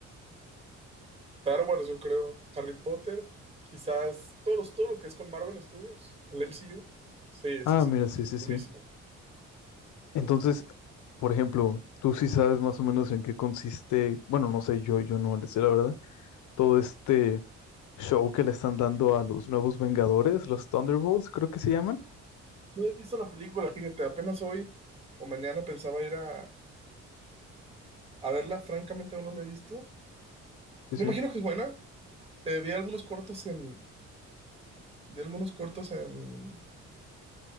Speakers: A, on the right (about 20°); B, on the left (about 75°).
A: Star Wars, yo creo. Harry Potter. Quizás todos los- todo lo que es con Marvel Studios. El MCU. Sí,
B: Ah,
A: sí, sí.
B: mira, sí, sí,
A: Durísimo.
B: sí. Entonces, por ejemplo, tú sí sabes más o menos en qué consiste, bueno, no sé, yo, yo no le sé la verdad, todo este show que le están dando a los nuevos Vengadores, los Thunderbolts, creo que se llaman.
A: No he visto la película, fíjate. Apenas hoy o mañana pensaba ir a, a verla. Francamente, aún no la he visto.
B: Sí,
A: Me
B: sí,
A: imagino que es buena. Eh, vi algunos cortos en... Vi algunos cortos en...